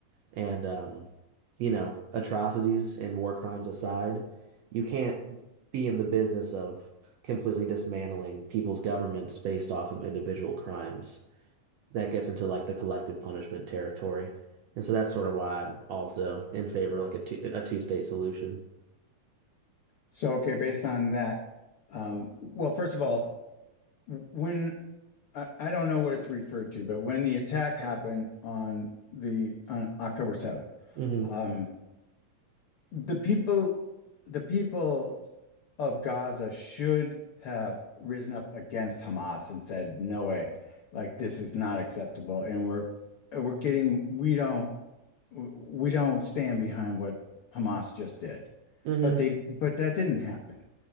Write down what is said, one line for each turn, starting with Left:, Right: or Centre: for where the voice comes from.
Right: And, um, you know, atrocities and war crimes aside, you can't be in the business of completely dismantling people's governments based off of individual crimes that gets into like the collective punishment territory. And so that's sort of why I'm also in favor of like a two, a two-state solution.
Left: So, okay, based on that, um, well, first of all, when I, I don't know what it's referred to, but when the attack happened on the on October 7th,
Right: hmm
Left: um, the people the people of Gaza should have risen up against Hamas and said, "No way, like this is not acceptable." And we're we're getting we don't we don't stand behind what Hamas just did,
Right: hmm
Left: but they but that didn't happen.